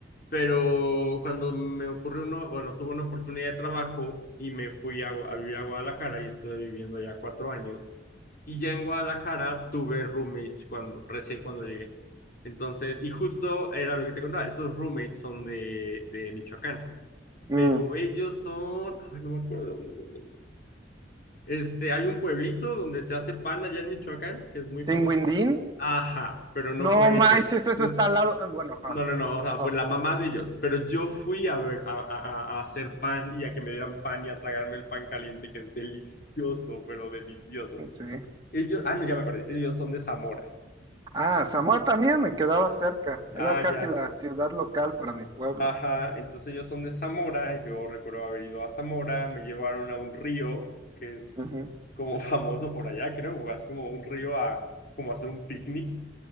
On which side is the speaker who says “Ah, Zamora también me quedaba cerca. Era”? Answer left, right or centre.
Right